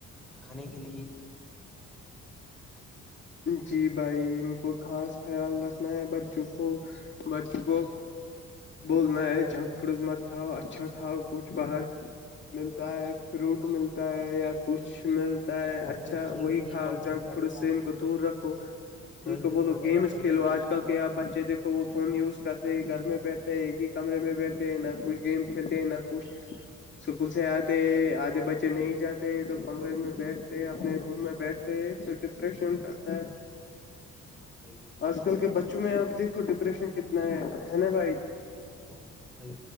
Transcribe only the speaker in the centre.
کھانے کے لیے
کولڈ
ڈرنک چل
رہی ہے
کولڈ
ڈرنک وغیرہ
کولڈ
ڈرنک
وغیرہ
چل
رہی
ہیں
بھائی جان
<unintelligible> بھائی